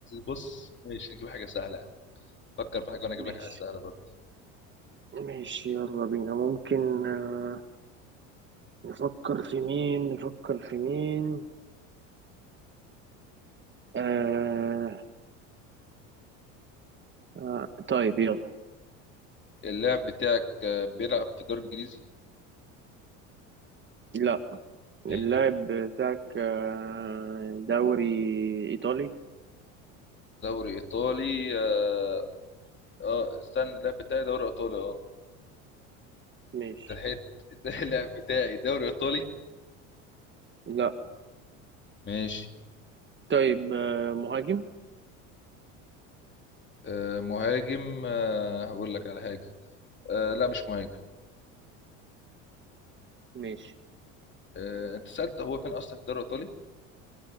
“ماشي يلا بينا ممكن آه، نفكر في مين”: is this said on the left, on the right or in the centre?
Right